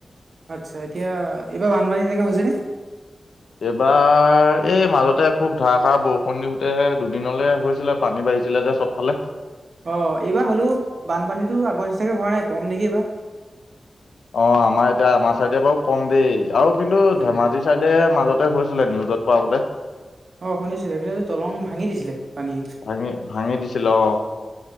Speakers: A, on the right; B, on the left.
A: আচ্ছা, এতিয়া এইবাৰ বানপানী <unintelligible> হৈছেনে।
B: এইবাৰ, এই মাজতে খুব ধাৰষাৰ বৰষুণ দিওতেহে দুদিনলে হৈছিলে। পানী বাঢ়িছিলে চব ফালে।
A: অ', এইবাৰ হ'লেও বানপানীতো আগৰ নিচিনাকৈ হোৱা নাই, কম নেকি এইবাৰ।
B: অ', আমাৰ এতিয়া আমাৰ চাইডে বাৰু কম দেই, আৰু কিন্তু
A: অ
B: ধেমাজি চাইডে মাজতে হৈছিলে, নিউজত পোৱামতে।
A: অ', শুনিছো সেইপিনেটো দলং ভাঙি দিছিলে পানী।
B: ভাঙি ভাঙি দিছিলে অ'